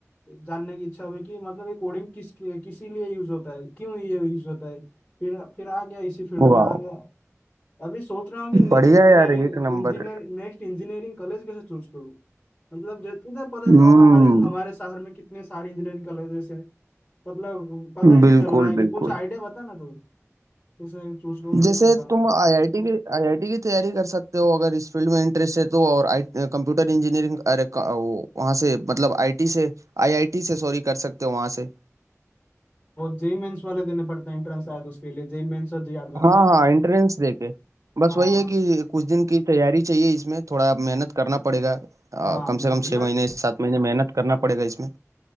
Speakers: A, on the left; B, on the right.
A: जानने की इच्छा हुई कि मतलब ये कोडिंग किस किसी लिए यूज होता है क्यों ये यूज होता है फिर फिर आ गया इसी फील्ड
B: वाह
A: में आ गया अभी सोच रहा हूँ कि next
B: बढ़िया
A: engineering
B: यार एक
A: engineer
B: नंबर
A: next engineering college कैसे चूज करूँ मतलब जब तुझे पता
B: हम्म
A: तो होगा हमारे हमारे शहर में कितने सारे इंजीनियरिंग कॉलेजेस हैं मतलब पता ही नहीं
B: बिल्कुल
A: चल रहा है कि
B: बिल्कुल
A: कुछ आइडिया बता ना तू कैसे चूज करूँ
B: जैसे
A: कैसे जाऊँ
B: तुम आईआईटी की आईआईटी की तैयारी कर सकते हो अगर इस फील्ड में इंटरेस्ट है तो और आई कंप्यूटर इंजीनियरिंग अरे क- वो वहाँ से मतलब आईटी से आईआईटी से सॉरी कर सकते हो वहाँ से
A: और जेई मेंस वाले देने पड़ते हैं एंट्रेंस शायद उसके लिए जेई मेंस और जेई एडवांस
B: हाँ
A: है ना
B: हाँ एंट्रेंस देके बस
A: हाँ
B: वही है कि कुछ दिन की तैयारी चाहिए इसमें थोड़ा मेहनत करना पड़ेगा अ,
A: हाँ
B: कम
A: मेहनत
B: से कम छः महीने सात महीने मेहनत करना पड़ेगा इसमें